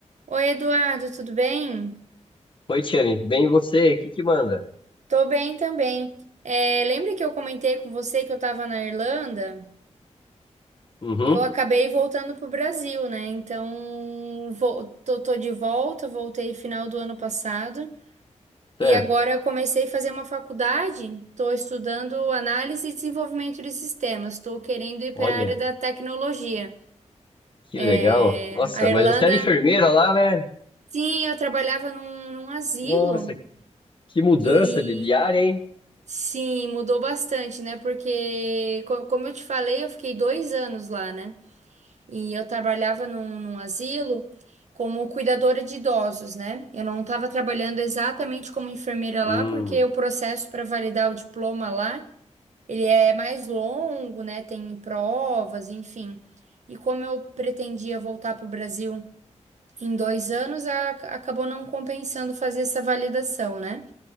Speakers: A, on the right (about 70°); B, on the left (about 40°).
A: Oi, Eduardo, tudo bem?
B: Oi, Tiane, bem e você? O que que manda?
A: Tô bem também. É, lembra que eu comentei com você que eu tava na Irlanda?
B: Uhum,
A: Eu acabei voltando pro Brasil, né? Então, vou- tô, tô de volta, voltei final do ano passado.
B: certo.
A: E agora eu comecei a fazer uma faculdade, tô estudando análise e desenvolvimento de sistemas, tô querendo ir
B: Olha,
A: para a área da tecnologia.
B: que legal.
A: É,
B: Nossa,
A: a
B: mas
A: Irlanda,
B: você era enfermeira lá, né?
A: sim, eu trabalhava num num asilo.
B: Nossa, que mudança
A: E
B: de de área, hein?
A: Sim, mudou bastante, né? Porque, co- como eu te falei, eu fiquei dois anos lá, né? E eu trabalhava num, num asilo como cuidadora de idosos, né? Eu não estava trabalhando exatamente como enfermeira
B: Hum,
A: lá, porque o processo para validar o diploma lá, ele é mais longo, né? Tem provas, enfim. E como eu pretendia voltar para o Brasil em dois anos, a- acabou não compensando fazer essa validação, né?